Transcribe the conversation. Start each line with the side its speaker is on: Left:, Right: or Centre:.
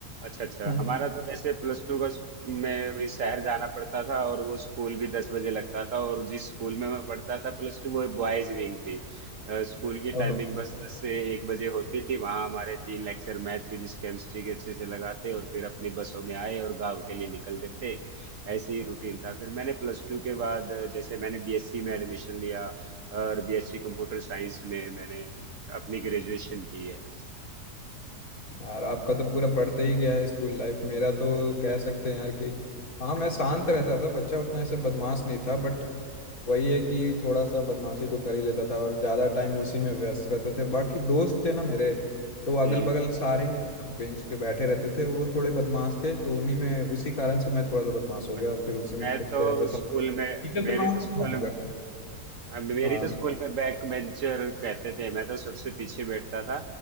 Right: अच्छा अच्छा
Left: पे <laughs>
Right: हमारा तो वैसे प्लस टू का स- में अभी शहर जाना पड़ता था और वो स्कूल भी दस बजे लगता था और जिस स्कूल में मैं पढ़ता था प्लस टू वो बॉयज विंग थी अ, स्कूल की टाइमिंग
Left: ओहो
Right: बस दस से एक बजे होती थी वहाँ हमारे तीन लेक्चर मैथ फिजिक्स केमिस्ट्री के अच्छे से लगाते और फिर अपनी बसों में आए और गाँव के लिए निकल देते ऐसे ही रूटीन था फिर मैंने प्लस टू के बाद अ, जैसे मैंने बीएससी में एडमिशन लिया और बीएससी कंप्यूटर साइंस में मैंने अपनी ग्रेजुएशन की है
Left: यार आपका तो पूरा पढ़ते ही गया है स्कूल लाइफ मेरा तो कह सकते हैं यार कि हाँ मैं शांत रहता था बच्चा उतना ऐसे बदमाश नहीं था बट वही है कि थोड़ा सा बदमाशी तो कर ही लेता था और ज्यादा टाइम उसी में व्यस्त रहते थे बाकी दोस्त थे ना मेरे तो अगल
Right: हम्म
Left: बगल सारे ही बेंच पे बैठे रहते थे वो थोड़े बदमाश थे तो उन्हीं में उसी कारण से मैं थोड़ा सा बदमाश हो
Right: मैं,
Left: गया फिर उसी में
Right: मैं
Left: खेलते
Right: तो
Left: रहता
Right: स्कूल
Left: था
Right: में
Left: टीचर तो
Right: मेरी
Left: मारता
Right: तो स्कूल
Left: था मगर
Right: में- अब मेरी
Left: हाँ
Right: तो स्कूल में बैक बेंचर कहते थे मैं तो सबसे पीछे बैठता था